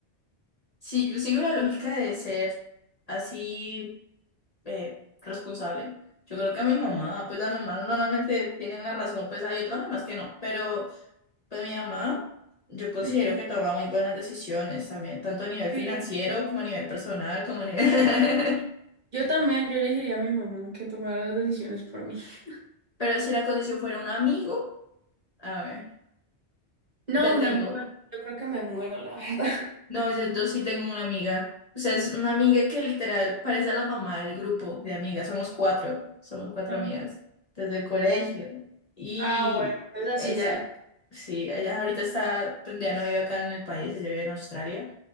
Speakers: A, on the left; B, on the right.
A: si yo sigo la lógica de ser así eh, responsable, yo creo que a mi mamá, pues las mamás normalmente tienen la razón, pues hay otras mamás que no, pero pues mi mamá, yo considero
B: Ujú,
A: que toma muy buenas decisiones también, tanto a nivel financiero
B: Sí.
A: como a nivel personal, como a nivel... <laughs>
B: Yo también, yo elegiría a mi mamá que tomara las decisiones por mí. <laughs>
A: Pero si la condición fuera un amigo... A ver.
B: No,
A: Ya
B: un
A: tengo.
B: amigo, yo creo que me muero, la verdad.
A: No, yo, yo sí tengo una amiga. O sea, es una amiga que literal parece a la mamá del grupo de amigas. Somos cuatro. Somos cuatro
B: Ajá.
A: amigas desde el colegio. Y
B: Ah, bueno, entonces
A: ella,
B: así sí.
A: sí, ella ahorita está, pues ya no vive acá en el país, ella vive en Australia.